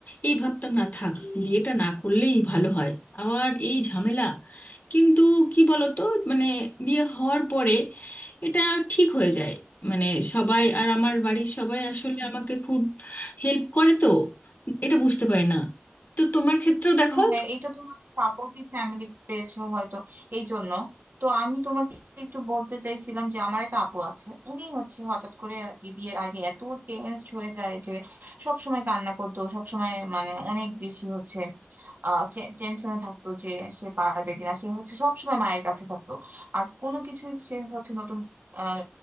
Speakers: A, on the left; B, on the right.
A: এই ভাবতাম না থাক বিয়েটা না করলেই ভালো হয় আবার এই ঝামেলা কিন্তু কি বলতো মানে বিয়ে হওয়ার পরে এটা ঠিক হয়ে যায় মানে সবাই আর আমার বাড়ির সবাই আসলে আমাকে খুব হেল্প করে তো এটা বুঝতে পারি না তো তোমার ক্ষেত্রেও দেখো
B: হ্যাঁ এটা তোমার সাপোর্টিভ ফ্যামিলি পেয়েছো হয়তো এই জন্য তো আমি তোমাকে একটু বলতে চাইছিলাম যে আমার একটা আপু আছে উনি হচ্ছে হঠাৎ করে আর কি বিয়ের আগে এত টেনসড হয়ে যায় যে সব সময় কান্না করতো সব সময় মানে অনেক বেশি হচ্ছে আহ টেনশনে থাকতো যে সে পারবে কিনা সে হচ্ছে সব সময় মায়ের কাছে থাকতো আর কোনো কিছুই সে হচ্ছে নতুন আহ,